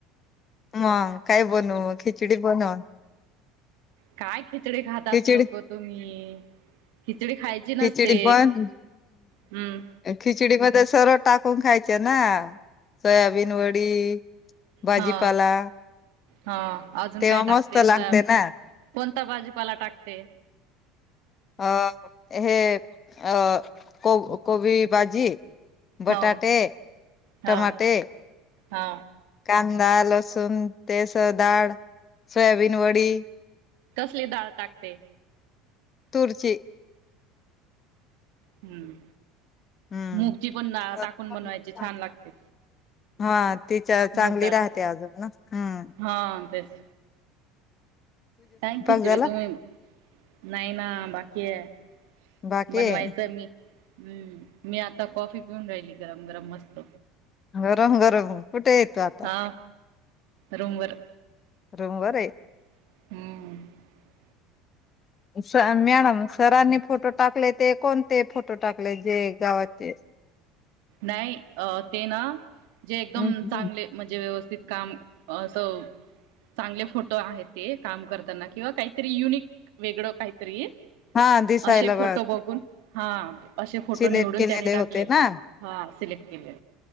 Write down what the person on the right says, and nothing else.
काय खिचडी खातात
लोक तुम्ही खिचडी खायची नसते
हम्म
हा हा अजून
काय टाकते
सब
कोणता बाजीपाला टाकते
हो
हो हो
ती डाळ टाकते
हम्म
मूगची पणडाळ
टाकून बनवायची छान लागते.
मूग डाळ
हा तेच काय खिचडी
तुम्ही नाही ना बाकी आहे.
बनवायचं
मी हम्म मी आता कॉफी पिऊन राहिली गरम गरम मस्त.
हा रूमवर
हम्
नाही अ ते ना जे एकदम
चांगले म्हणजे व्यवस्थ ते काम असं चांगले फोटो आहेत ते काम करताना किंवा काहीतरी युनिक वेगळं काहीतरी
असे
फोटो बघून हा असे फोटो
निवडून
त्याने टाकलेले
हा सिलेक्ट केले